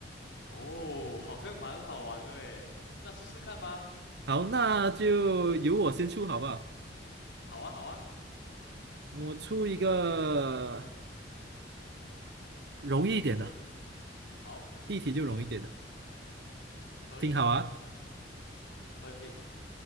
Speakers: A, on the left; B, on the right.
A: 哦，好像蛮好玩的诶，那试试看吧。
B: 好，那就由我先出好不好？
A: 好啊，好啊，
B: 我出一个容易一点的。
A: 好，
B: 第一题就容易点了，
A: 可以，
B: 听好啊！
A: 可以，